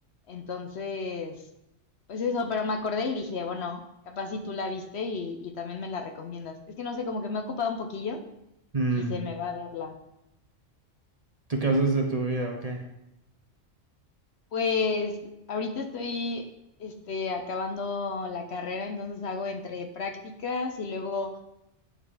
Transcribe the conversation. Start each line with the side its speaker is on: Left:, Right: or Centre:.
Left: Entonces... Pues eso, pero me acordé y dije, bueno, capaz si tú la viste y, y también me la recomiendas. Es que no sé, como que me ha ocupado un poquillo
Right: mm.
Left: y se me va a verla.
Right: ¿Tú qué haces de tu vida o qué?
Left: Pues ahorita estoy este, acabando la carrera, entonces hago entre prácticas y luego